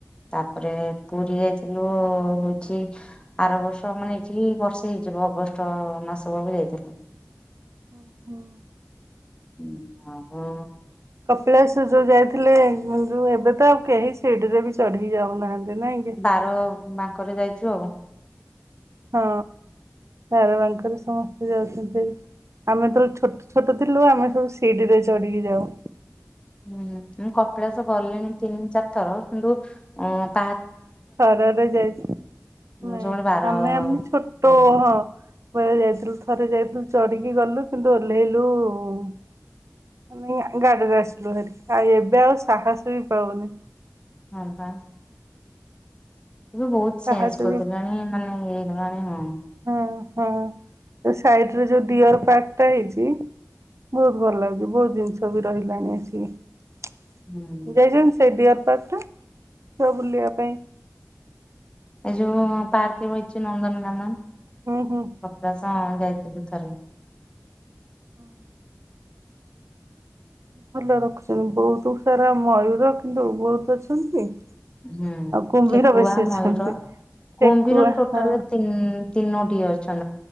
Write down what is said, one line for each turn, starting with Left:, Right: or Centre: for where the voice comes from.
Left: ତାପରେ ପୁରି ଯାଇଥିଲୁ ହୋଉଚି ଆର ବ ର୍ଷ ମାନେ ଏଇଠିକି ବର୍ଷେ ହେଇଯିବ ଅଗଷ୍ଟ ମାସ ବେଳକୁ ଯାଇଥିଲୁ।
Right: ଓହୋ।
Left: ହୁଁ ହବ।
Right: କପିଳାସ ଯୋଉ ଯାଇଥିଲେ ଯୋଉ ଏବେ ତ ଆଉ କେହି ସିଡରେ ବି ଚଢିକି ଯାଉନାହାନ୍ତି। ନାଇଁ କି?
Left: ବାର ବାଙ୍କରେ ଯାଇଚୁ ଆଉ।
Right: ହଁ ବାର ବାଙ୍କରେ ସମସ୍ତେ ଯାଉଚନ୍ତି। ଆମେ ତ ଛୋଟ ଛୋଟ ଥିଲୁ ଆମେ ସବୁ ସିଡିିରେ ଚଢିକି ଯାଉ।
Left: ହୁଁ ମୁଁ କପିଳାସ ଗଲିଣି ତିନି ଚାରି ଥର କିନ୍ତୁ ଅଂ
Right: ଥରଟେ ଯାଇଚି
Left: ମୁଁ
Right: ନାଇଁ
Left: ସବୁବେଳେ ବାର
Right: ଆମେ ଆମେ ଛୋଟ
Left: କରେ।
Right: ହଁ ଥରେ ଯାଇଥିଲୁ ଥରେ ଯାଇଥିଲୁ ଚଢିକି ଗଲୁ କିନ୍ତୁ ଓହ୍ଲେଇଲୁ ମାନେ ଗାଡିରେ ଆସିଲୁଭାରି ଆଉ ଏବେ ଆଉ ସାହସ ବି ପାଉନି।
Left: ହଁପା। ଏବେ ବହୁତ ଚେଞ୍ଜ
Right: ପାହାଚ
Left: କରିଦେଲାଣି ମାନେ ଇଏ ହେଇଗଲାଣି ହଁ।
Right: ଓହୋ ଯୋଉ ସାଇଡରେ ଯୋଉ ଡିଅର ପାର୍କ ଟେ ହେଇଚି। ବହୁତ ଭଲ ଲାଗୁଛି ବହୁତ ଜିନିଷ ବି ରହିଲାଣି ଆସିକି।
Left: ହୁଁ
Right: ଜୟଜନ୍ତ ସେଇଟି କାରଟା ଛୁଆ ବୁଲିଆ ପାଇଁ
Left: ଏ ଯୋଉ ପାର୍କରେ ବଇଛି ନନ୍ଦନ କାନନ୍। କପିଳାସ
Right: ହୁଁ ହୁଁ
Left: ଯାଇଥିଲୁ ଥରେ
Right: ହଁ। ଭଲ ରଖୁଛନ୍ତି ବହୁତ ସାରା ମୟୂର, କିନ୍ତୁ ବହୁତ ଅଛନ୍ତି
Left: ହୁଁ
Right: ଆଉ କୁମ୍ଭୀର
Left: ଠେକୁଆ,
Right: ବେଶୀ ଅଛନ୍ତି।
Left: ମୟୂର,
Right: ଠେକୁଆ
Left: କୁମ୍ଭୀର ଟୋଟାଲ୍
Right: ହଁ
Left: ତିନ୍ ତିନୋଟିଏ ଅଛନ୍